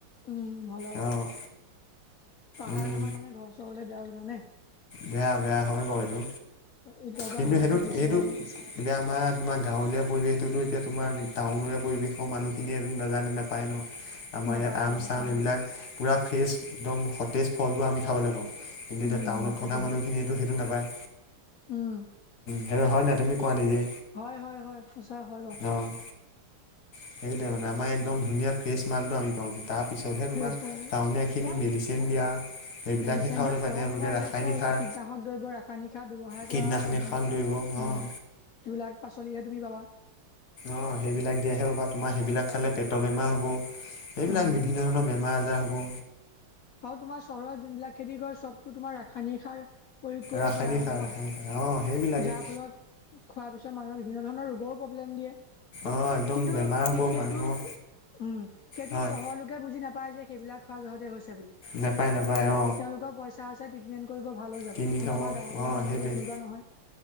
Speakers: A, on the left; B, on the left.
A: উম অলপ
B: অ',
A: পাহাৰ
B: উম,
A: কাষত মানে ঘৰ চৰ হলে বেয়া জানে
B: বেয়া বেয়া হয় বাৰু এইটো
A: ওপৰৰ পৰা
B: কিন্তু
A: হাতীটো
B: সেইটোত
A: গুচি
B: এইটো
A: আহে যেন
B: এতিয়া আমাৰ তোমাৰ গাঁৱলীয়া পৰিৱেশটোতো এতিয়া তোমাৰ টাউনেৰে পৰিৱেশ মানুহখিনিয়ে নাজানে নাপায় ন আমাৰ
A: নাপায়
B: ইয়াত আম
A: অ নাপায়
B: চাম এইবিলাক পুৰা ফ্ৰেচ একদম সতেজ ফলবোৰ আমি খাবলৈ পাওঁ কিন্ত এতিয়া
A: উম
B: টাউনত
A: উম সেইটো
B: থকা মানুহখিনিয়ে
A: হয়
B: সেইটো নাপায়
A: উম
B: সেই হয় নাই তুমি? কোৱা নিজে
A: হয় হয় হয় সচা হয় ৰ
B: অ'। সেইটোৱে মানে আমাৰ একদম ধুনীয়া ফ্ৰেছ মালটো আমি পাওঁ কি তাৰ পিছতহে
A: ফেচবুক
B: তোমাৰ টাউনীয়াখিনি
A: তোমাৰ
B: মেডিচিন দিয়া। এইবিলাকহে
A: ৰিচেণ্ট
B: খাবলৈ
A: এতিয়া
B: পায়
A: চহৰত
B: তেওঁলোকে
A: তোমাৰ এইবিলাক
B: ৰাসায়নিক
A: চব
B: সাৰ
A: কীটনাশক দ্ৰব্য ৰাসায়নিক সাৰ ব্যবহাৰ
B: কীটনাশনিক
A: কৰা হয় উম উম
B: সাৰ ধৰিব
A: উম,
B: অ'।
A: এইবিলাক পাচলিহে তুমি পাবা।
B: অ, সেইবিলাক দিয়াহে বাবা তোমাৰ সেইবিলাক খালে পেটৰ বেমাৰ হ'ব। সেইবিলাক
A: উম,
B: বিভিন্ন ধৰণৰ বেমাৰ বেমাৰ-আজাৰ হ'ব।
A: আৰু তোমাৰ চহৰত যোনবিলাক খেতি কৰে চব তো তোমাৰ ৰাসায়নিক সাৰ প্ৰয়োগ কৰিয়ে
B: ৰাসায়নিক
A: কৰা
B: সাৰ
A: হয়
B: ৰাসায়নিক
A: ন।
B: সাৰ অ সেইবিলাকেই
A: যাৰ ফলত খোৱাৰ পিছত মানুহে বিভিন্ন ধৰণৰ ৰোগৰো প্ৰব্লেম দিয়ে।
B: অ একদম
A: কিন্তু
B: বেমাৰ হ'ব
A: সেই সেইটোৰ
B: মানুহৰ
A: উম, সেইটো
B: হয়
A: চহৰৰ লোকে বুজি নেপায় যে সেইবিলাক খোৱা জহাদিয়ে হৈছে বুলি
B: নেপায় নেপায় অ
A: তেওঁলোকৰ পইচা আছে ট্ৰিটমেণ্ট কৰিব ভাল হৈ যাব।
B: কিনি
A: কিন্তু
B: খাব
A: আমাৰ
B: অ
A: গাঁৱলীয়া মানুহৰ
B: সেইটোৱেই
A: ত তেনেকুৱা নহয়।